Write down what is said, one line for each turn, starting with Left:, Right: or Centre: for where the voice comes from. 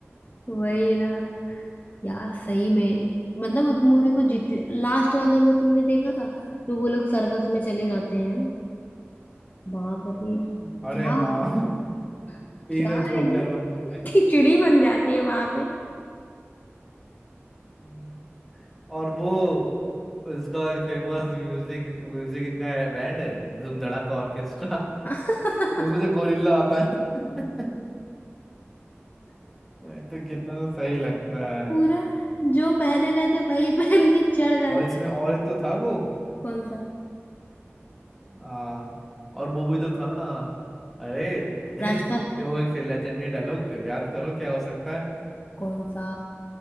Left: वही ना यार सही में मतलब उस मूवी को जित लास्ट वाला वो तुमने देखा था जो वो लोग सर्कस में चले जाते हैं बाप रे
Centre: अरे
Left: क्या
Centre: हाँ <laughs>
Left: <laughs>
Centre: तीनों
Left: क्या
Centre: जोकर
Left: एकदम
Centre: बनते
Left: खिचड़ी बन जाती है वहां पे
Centre: हैं और वो उसका फेमस म्यूजिक म्यूजिक इनका है बैंड है धूम धड़ाका ऑर्केस्ट्रा <laughs>
Left: <laughs>
Centre: उसमें जो गोरिल्ला आता है <laughs> भाई तो कितना तो सही लगता है
Left: पूरा जो पहने रहते वही पहन के चढ़ जाते
Centre: और इसमें
Left: हैं
Centre: और एक तो था वो
Left: कौन सा
Centre: हाँ और वो भी तो था अरे <laughs>
Left: राजपाल
Centre: ये वो एक लेजेंडरी डायलॉग याद करो क्या हो सकता है
Left: कौन सा